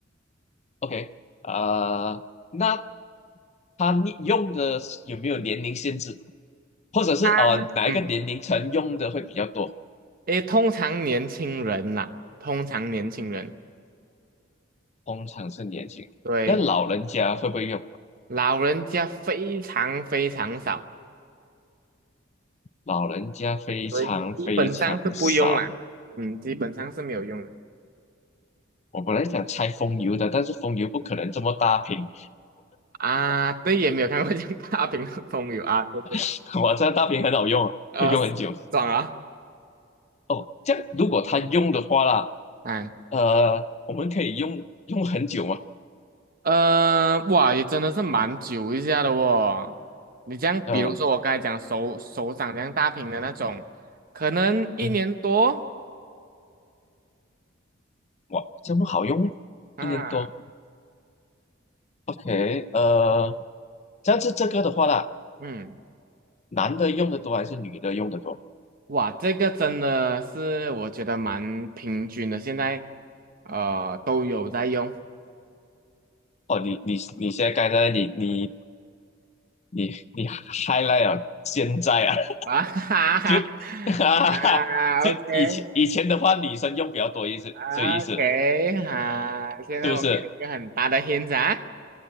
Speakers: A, on the left; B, on the right.
A: ？OK 啊、那他你用的有没有年龄限制，或者是呃哪一个年龄层用的会比较多？
B: 啊，嗯，诶，通常年轻人啦，通常年轻人，
A: 通常是年轻，
B: 对，
A: 但老人家会不会用？
B: 老人家非常非常少，
A: 老人家非常非常少。
B: 对，基本上是不用啦，嗯，基本上是没有用的。
A: 我本来想拆风油的，但是风油不可能这么大瓶。
B: 啊，对，也没有看过 <laughs> 像大屏的风友啊，对对，
A: <laughs> 这站大屏很好用啊，
B: 呃，
A: 可以用很久。
B: 爽啊，
A: 哦，这样如果他用的话啦，
B: 哎，
A: 呃，我们可以用用很久嘛？
B: 呃，哇，也真的是蛮久一下的哦。你这样，
A: 呃，
B: 比如说我刚才讲手手掌这样大屏的那种，可能一年多
A: 嗯，哇，这么好用，
B: 啊，
A: 一年多。OK，呃，这样子这个的话啦，
B: 嗯，
A: 男的用的多还是女的用的多？
B: 哇，这个真的是我觉得蛮平均的，现在呃都有在用
A: 哦，你你你现在刚才你你你你 highlight 啊，现在啊，
B: 啊，<laughs> 哈哈哈
A: <laughs> 就 <laughs> 哈哈哈，
B: 啊，OK。
A: <laughs> 就以前以前的话，女生用比较多意思，
B: OK，
A: 这意思
B: 好，现在我给你一个很大的
A: 是不是
B: hint 啊，